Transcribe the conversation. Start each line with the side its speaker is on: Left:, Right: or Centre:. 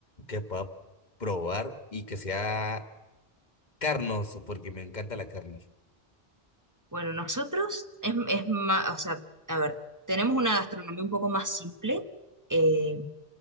Left: que pueda probar y que sea carnoso, porque me encanta la carne.
Right: Bueno, nosotros es, es más, o sea, a ver, tenemos una gastronomía un poco más simple. eh,